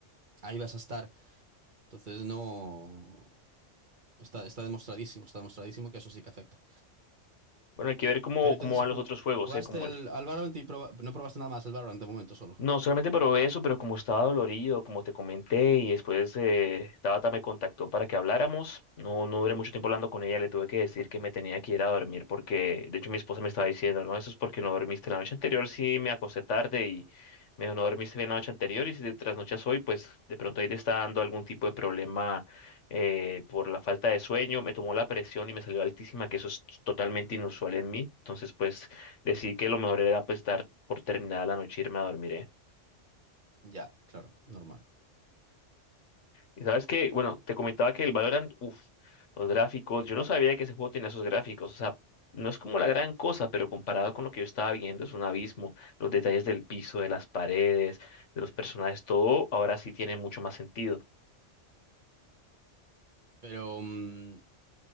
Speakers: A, on the right; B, on the left.
A: ahí vas a estar. Entonces no... Está, está demostradísimo, está demostradísimo que eso sí que afecta.
B: Bueno, hay que ver cómo,
A: Pero entonces,
B: cómo van
A: ju-
B: los otros juegos,
A: ¿jugaste
B: eh, como
A: el,
B: el
A: al Valorant y proba- no probaste nada más el Valorant de momento solo?
B: No, solamente probé eso, pero como estaba dolorido, como te comenté, y después eh, Tabata me contactó para que habláramos. No, no duré mucho tiempo hablando con ella, le tuve que decir que me tenía que ir a dormir porque, de hecho, mi esposa me estaba diciendo, no, eso es porque no dormiste la noche anterior, sí me acosté tarde y me dijo, no dormiste bien la noche anterior y si te trasnochas hoy, pues de pronto ahí te está dando algún tipo de problema eh, por la falta de sueño. Me tomó la presión y me salió altísima, que eso es totalmente inusual en mí. Entonces, pues decidí que lo mejor era pues dar por terminada la noche y irme a dormir, ¿eh?
A: Ya, claro, normal.
B: Y sabes que, bueno, te comentaba que el Valorant, uff, los gráficos, yo no sabía que ese juego tenía esos gráficos, o sea, no es como la gran cosa, pero comparado con lo que yo estaba viendo, es un abismo. Los detalles del piso, de las paredes, de los personajes, todo ahora sí tiene mucho más sentido,
A: Pero mm,